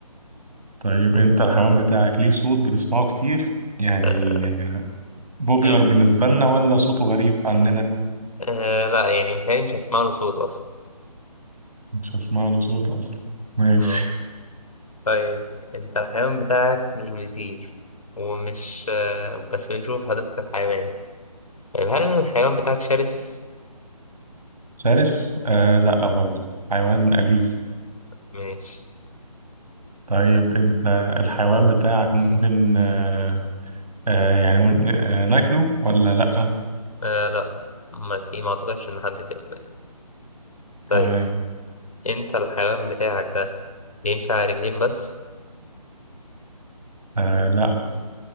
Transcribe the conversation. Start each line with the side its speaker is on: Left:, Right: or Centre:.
Right: طيب أنت الحيوان بتاعك ليه صوت بنسمعه كتير يعني
Left: آه
Right: بوبيلر
Left: آه
Right: بالنسبة لنا ولا صوته غريب عننا؟
Left: آه، لا يعني متهيألي مش هتسمع له صوت أصلا
Right: مش هسمع له صوت أصلا ماشي
Left: آه. طيب انت الحيوان بتاعك مش بيطير ومش آه، بس بنشوف حديقة الحيوان طيب هل الحيوان بتاعك شرس؟
Right: <laughs> شرس؟ آه لا برضه حيوان أليف
Left: ماشي
Right: طيب
Left: سلام
Right: انت الحيوان بتاعك ممكن آه آه يعني ممكن آه ناكله ولا لأ؟
Left: آه لا ما في ما اعتقدش ان حد بياكل طيب
Right: تمام
Left: انت الحيوان بتاعك ده بيمشي على رجلين بس
Right: آه لأ